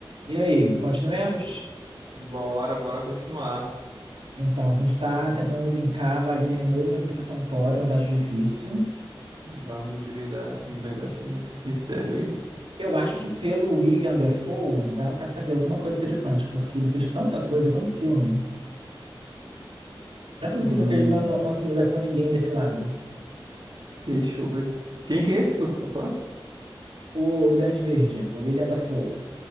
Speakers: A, on the right (about 75°); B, on the right (about 60°).
A: E aí, continuemos?
B: Bora, bora continuar.
A: Então, a gente está tentando linkar Wagner Moura e Rodrigo Santoro, uma tarefa difícil.
B: Vamos desvendar, desvendar esse mit- mistério aí.
A: Eu acho que pelo William Dafoe dá para fazer alguma coisa interessante, porque ele fez tanta coisa, tanto filme. Não é possível
B: Hum,
A: que ele não, não, não se liga com ninguém desse lado.
B: deixa eu ver. Quem que é esse que você tá falando?
A: O, o Grande Verde, o William Dafoe,